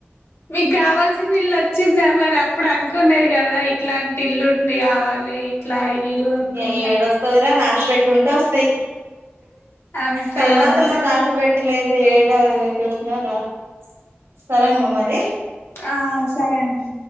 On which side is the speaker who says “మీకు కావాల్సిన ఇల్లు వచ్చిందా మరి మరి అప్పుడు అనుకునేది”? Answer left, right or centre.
Left